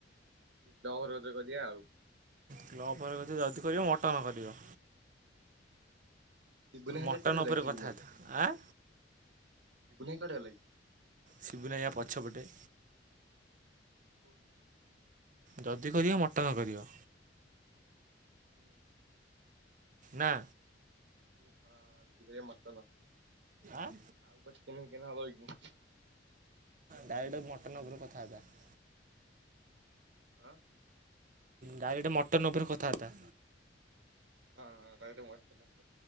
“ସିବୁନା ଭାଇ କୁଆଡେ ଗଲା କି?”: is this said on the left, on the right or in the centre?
Right